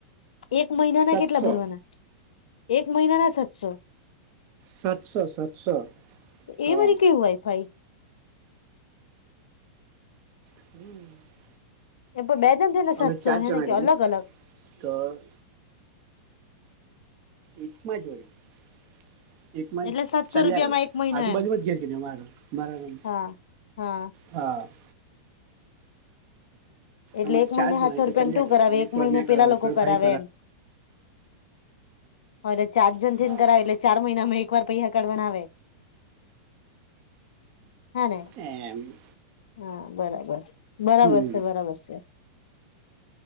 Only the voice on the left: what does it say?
એક મહિનાના
કેટલા ભરવાના? એક મહિના ના સાતસો
એ વરી કેવું વાઇફાઇ?
એમ પણ બેજણ થઈ ને સાતસો
હે
ને કે
અલગ અલગ
એટલે સાતસો
રૂપિયામાં એક મહિનો
એમ
હા હા
એટલે
એક મહિને
હાઠસો
રૂપિયાને
શું
કરાવે એક
મહિને
પેલા
લોકો
કરાવે
એમ હરે ચાર જણ થીન
કરાવે એટલે ચાર મહિનામાં એક વાર પૈસા કરવા ના આવે હા ને
હા બરાબર બરાબર
છે બરાબર છે